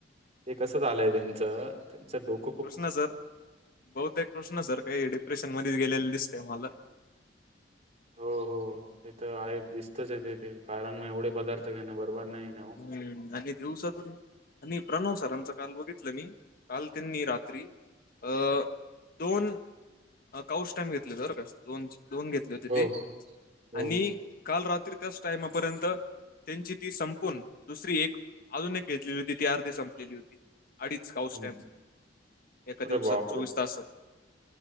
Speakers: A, on the right; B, on the left.
A: ते कसं झालय त्यांच त्यांच डोक
B: कृष्णा सर बहुतेक कृष्णा सर काही डिप्रेशन मध्येच गेलेलं दिसते म्हला
A: हो हो ते तर आहे दिसतच आहे तेथ ते कारण मग एवढे पदार्थ घेणे बरोबर नाही ना हो
B: हम्म आणि दिवसातून आणि प्रणव सरांचं काल बघितलं मी काल त्यांनी रात्री अ दोन अकाउंट स्टँप घेतले बरं का दो दोन घेत त
A: हो
B: ते
A: हो
B: आणि काल रात्री त्याच टाइमापर्यंत त्यांची ती सं पण दुसरी एक अजून एक घेतलेली होती ती अर्धी संपलेली होती अडीच काउस्टॅम
A: हं.
B: एका
A: अरे
B: दिवसात
A: बापरे!
B: चोवीस तासात